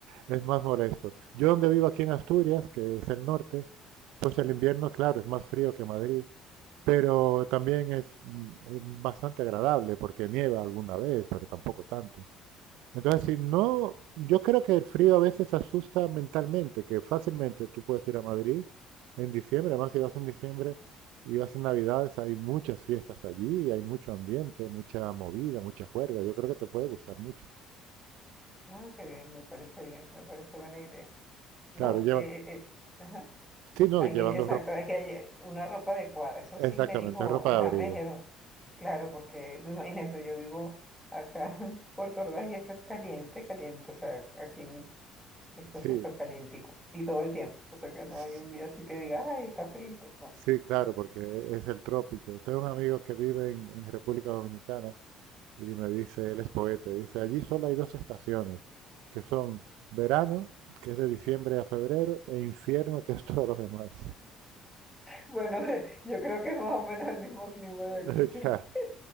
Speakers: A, on the right; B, in the centre.
A: es más molesto. Yo donde vivo aquí en Asturias, que es el norte, pues el invierno, claro, es más frío que Madrid, pero también es mm, eh, bastante agradable porque nieva alguna vez, pero tampoco tanto. Entonces, si no, yo creo que el frío a veces asusta mentalmente, que fácilmente tú puedes ir a Madrid en diciembre, además si vas en diciembre y vas en Navidades, hay muchas fiestas allí, y hay mucho ambiente, mucha movida, mucha juerga, yo creo que te puede gustar mucho.
B: Ah, qué bien, me parece bien, me parece buena idea. No,
A: Claro, lleva,
B: eh, eh, ajá.
A: sí, no,
B: Hay
A: llevando
B: que, exacto,
A: ropa,
B: hay que lle- una ropa adecuada. Eso
A: exactamente,
B: sí me dijo,
A: ropa
B: ajá,
A: de abrigo,
B: me dijeron, claro, porque imagínense, yo vivo acá <laughs> en Puerto Ordaz y esto es caliente, caliente, o sea, aquí en- esto
A: sí,
B: es súper calientico y todo el tiempo, o sea que no
A: s-
B: hay un día así que diga, ay, está frito, no,
A: sí, claro, porque e, es el trópico. Tengo un amigo que vive en, en República Dominicana Y me dice, él es poeta, dice, allí solo hay dos estaciones, que son verano, que es de diciembre a febrero, e infierno, que es todos los demás.
B: Bueno, <laughs> yo creo que es más o menos el mismo clima de
A: <laughs>
B: aquí.
A: Ya,
B: <laughs>